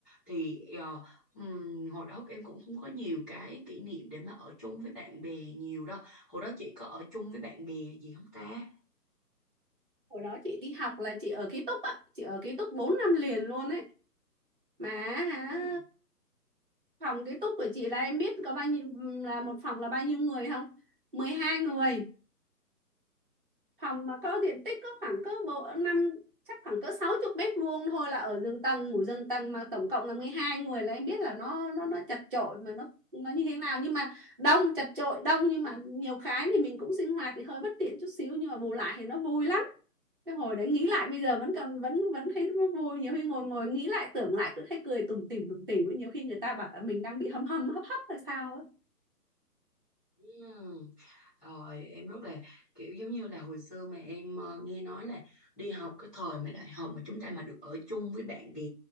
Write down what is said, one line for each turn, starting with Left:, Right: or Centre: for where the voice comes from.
Centre: thì ờ, ừm, hồi đó em cũng không có nhiều cái kỷ niệm để mà ở chung với bạn bè nhiều đâu hồi đó chị có ở chung với bạn bè gì không ta
Right: hồi đó chị đi học là chị ở ký túc á chị ở ký túc 4 năm liền luôn ấy mà hả,
Centre: Ừ.
Right: phòng ký túc của chị là em biết có bao nhiêu là một phòng là bao nhiêu người không mười hai người phòng mà có diện tích có khoảng cỡ bộ năm chắc khoảng cỡ 60 mét vuông thôi là ở giường tầng ngủ giường tầng mà tổng cộng là 12 người là em biết là nó nó nó chật chội mà nó nó như thế nào nhưng mà đông chật chội đông nhưng mà nhiều cái thì mình cũng sinh hoạt thì hơi bất tiện chút xíu nhưng mà bù lại thì nó vui lắm cái hồi đấy nghĩ lại bây giờ vẫn còn vẫn vẫn thấy nó vui nhiều khi ngồi ngồi nghĩ lại tưởng lại cứ thấy cười tủm tỉm tủm tỉm nhiều khi người ta bảo là mình đang bị hâm hâm hấp hấp hay sao ấy
Centre: Ừm, Rồi em rất là kiểu giống như là hồi xưa mà em ờ, nghe nói là đi học cái thời mà đại học mà chúng ta mà được ở chung với bạn bè